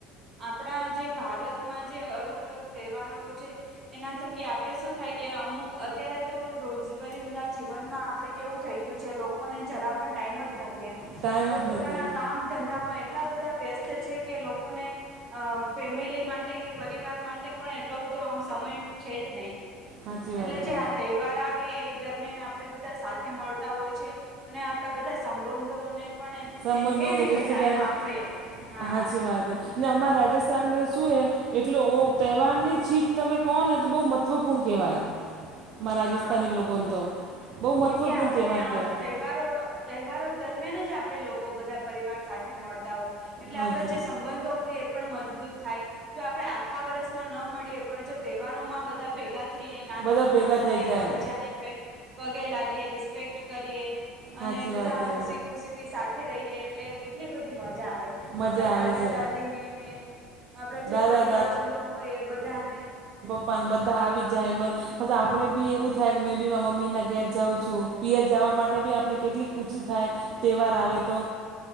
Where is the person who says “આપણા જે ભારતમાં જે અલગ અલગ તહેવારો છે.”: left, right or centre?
Right